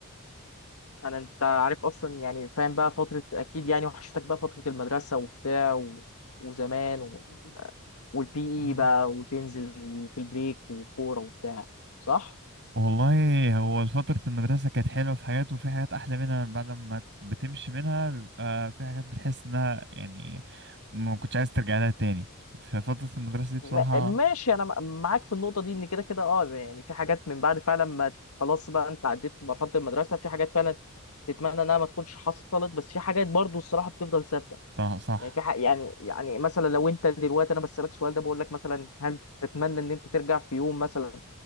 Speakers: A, on the left; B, on the right.
A: انا انت عارف اصلا يعني فاهم بقى فتره اكيد يعني وحشتك بقى فتره المدرسه وبتاع و... وزمان و... والبي
B: يعني
A: اي بقى وتنزل في البريك وكوره وبتاع صح
B: والله هو فترة المدرسة كانت حلوة في حاجات وفي حاجات أحلى منها بعد ما بتمشي منها بيبقى في حاجات بتحس إنها يعني ما كنتش عايز ترجع لها تاني ففترة المدرسة دي بصراحة
A: م... ماشي انا م- معاك في النقطه دي ان كده كده اه يعني في حاجات من بعد فعلا ما خلاص بقى انت عديت مرحله المدرسه في حاجات فعلا تتمنى انها ما تكونش حصلت بس في حاجات برضو الصراحه بتفضل ثابته
B: طه- صح
A: يعني في حق يعني يعني مثلا لو انت دلوقتي انا بسألك السؤال ده بقول لك مثلا هل تتمنى ان انت ترجع في يوم مثلا